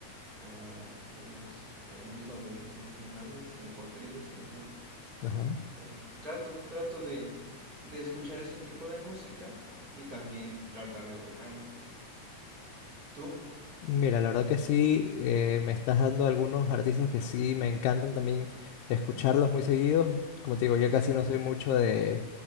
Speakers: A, on the right; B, on the left.
A: ah, ¿quién más? El hijo de Vicente Fernández, el potrillo se le llama.
B: Ajá.
A: Em, trato, trato de, de escuchar ese tipo de música y también tratar de tocarla. ¿Tú?
B: Mira, la verdad que sí, eh, me estás dando algunos artistas que sí me encantan también escucharlos muy seguidos. Como te digo, yo
A: Ah,
B: casi
A: sí.
B: no soy mucho de,